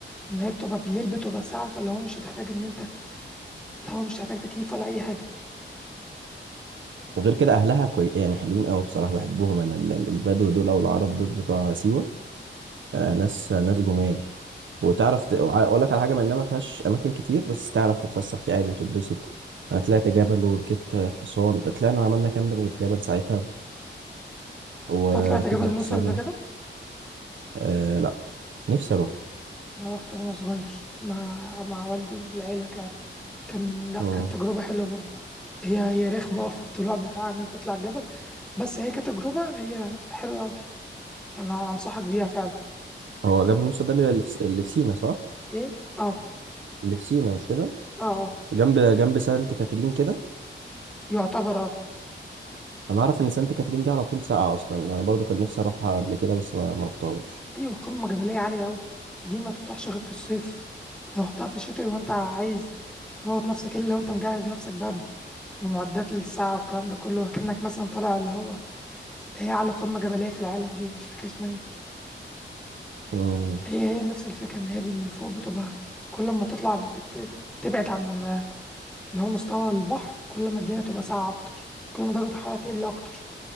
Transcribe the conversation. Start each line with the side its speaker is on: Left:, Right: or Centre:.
Centre: إن هي بتبقى بالليل بتبقى ساقعة فاللي هو مش هتحتاج إن أنت اللي هو مش هتحتاج تكييف ولا أي حاجة
Right: وغير كده اهلها كوي... يعني حلوين قوي بصراحه بحبهم انا ال- البدو دول او العرب دول بتوع سيوه آه ناس ناس جمال وتعرف ت... اقول لك على حاجه ما انها ما فيهاش اماكن كتير بس تعرف تتفسح فيها عادي وتتبسط انا طلعت جبل وركبت حصان طلعنا عملنا كامبينج في جبل ساعتها وركبنا
Centre: أنت طلعت جبل موسى
Right: حصينه
Centre: قبل كده
Right: آه، نفسي اروح
Centre: انا رحت وانا صغير مع مع والدي والعيله كان كان لا
Right: مم.
Centre: كانت تجربه حلوه برضو هي هي رخمه اه في الطلوع بتاع ان انت تطلع الجبل بس هي كتجربه هي حلوه قوي يعني أنا انصحك بيها فعلا
Right: هو جبل موسى ده اللي في اللي في سينا صح؟
Centre: ايه اه
Right: اللي في سينا مش كده؟
Centre: اه اه
Right: جنب جنب سانت كاترين كده
Centre: يعتبر اه
Right: انا عارف ان سانت كاترين دي على طول ساقعه اصلا يعني انا برضو كان نفسي اروحها قبل كده بس ما ما رحتهاش
Centre: ايوه قمه جبليه عاليه قوي دي ما تطرحش غير في الصيف لو رحتها في الشتاء وانت عايز تموت نفسك الا لو انت مجهز نفسك بقى ب- بمعدات للساعه والكلام ده كله كأنك مثلا طالع اللي هو اللي هي اعلى قمه جبليه في العالم دي مش فاكر اسمها ايه
Right: امم
Centre: هي هي نفس الفكرة إن هي بالفوق بتبقى كل ما تطلع بتبت- بتبعد عن اللي هو مستوى البحر كل ما الدنيا تبقى ساقعة أكتر كل ما درجة الحرارة تقل أكتر